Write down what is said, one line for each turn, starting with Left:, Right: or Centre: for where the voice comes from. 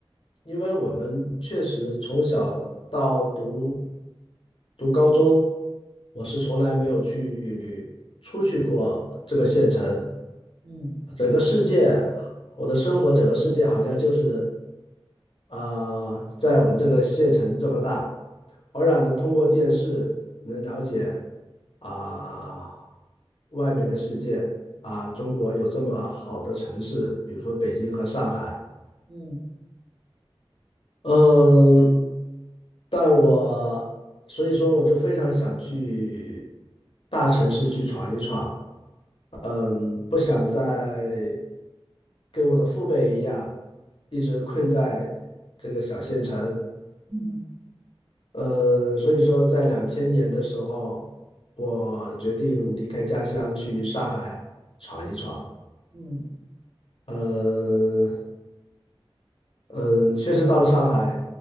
Left: 因为我们确实从小到读读高中，我是从来没有去出去过这个县城，
Right: 嗯
Left: 整个世界，我的生活整个世界好像就是啊、呃在我们这个县城这么大，偶然能通过电视能了解啊、外面的世界啊、中国有这么好的城市，比如说北京和上海，
Right: 嗯
Left: 嗯，但我所以说我就非常想去大城市去闯一闯。嗯，不想再跟我的父辈一样，一直困在这个小县城。
Right: 嗯
Left: 呃，所以说在两千年的时候，我决定离开家乡去上海闯一闯。
Right: 嗯嗯
Left: 嗯，嗯，确实到了上海，